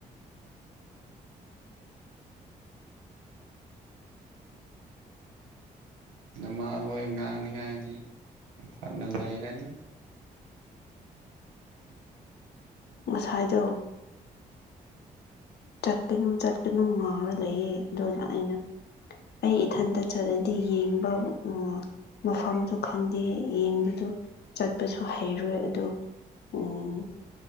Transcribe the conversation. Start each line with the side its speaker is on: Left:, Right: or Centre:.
Right: ꯅꯃꯥ ꯍꯣꯏ ꯉꯥꯡꯅꯤꯉꯥꯏꯗꯤ ꯐꯅ ꯂꯩꯔꯅꯤ
Left: ꯉꯁꯥꯏꯗꯣ ꯆꯠꯀꯅꯨ ꯆꯠꯀꯅꯨ ꯉꯥꯡꯔ ꯂꯩꯌꯦ ꯑꯗꯨꯅ ꯑꯩꯅ ꯑꯩ ꯏꯊꯟꯇ ꯆꯠꯂꯗꯤ ꯌꯦꯡꯕ ꯎ ꯃꯐꯝꯗꯨ ꯈꯪꯗꯦ ꯌꯦꯡꯕꯗꯨ ꯆꯠꯄꯁꯨ ꯍꯩꯔꯣꯏ ꯑꯗꯣ ꯎꯝ